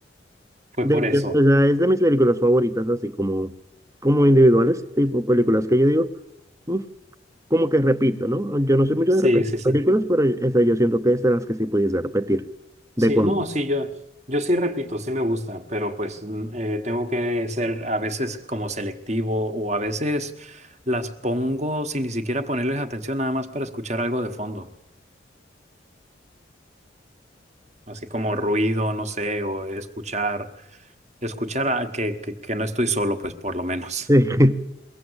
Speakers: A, on the right (about 35°); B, on the right (about 15°).
A: Fue
B: De
A: por
B: hecho,
A: eso.
B: o sea, es de mis películas favoritas, así como, como individuales, tipo películas que yo digo, "Mm", como que repito, ¿no? Yo no soy mucho
A: Sí,
B: de repetir
A: sí, sí.
B: películas, pero esa yo siento que es de las que sí pudiese repetir. De
A: Sí,
B: cuando.
A: no, sí, yo, yo sí repito, sí me gusta, pero pues mm, eh, tengo que ser a veces como selectivo o a veces las pongo sin ni siquiera ponerles atención nada más para escuchar algo de fondo, así como ruido, no sé, o escuchar, escuchar a- que, que, que no estoy solo, pues por lo menos.
B: Sí, <laughs>